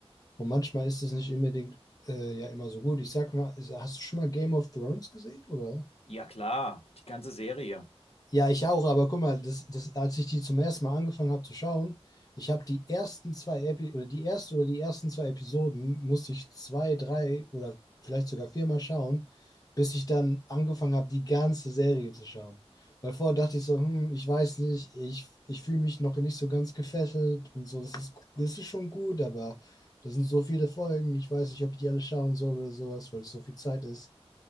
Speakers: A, on the left (about 35°); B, on the left (about 65°).
A: Und manchmal ist es nicht unbedingt äh, ja immer so gut. Ich sag mal, ist- hast du schon mal Game of Thrones gesehen, oder?
B: Ja, klar, die ganze Serie.
A: Ja, ich auch, aber guck mal, das, das, als ich die zum ersten Mal angefangen habe zu schauen, ich habe die ersten zwei Epi oder die erste oder die ersten zwei Episoden musste ich zwei, drei oder vielleicht sogar viermal schauen, bis ich dann angefangen habe, die ganze Serie zu schauen. Weil vorher dachte ich so, hm, ich weiß nicht, ich, ich fühle mich noch nicht so ganz gefesselt und so, das ist, das ist schon gut, aber das sind so viele Folgen, ich weiß nicht, ob ich die alle schauen soll oder sowas, weil es so viel Zeit ist.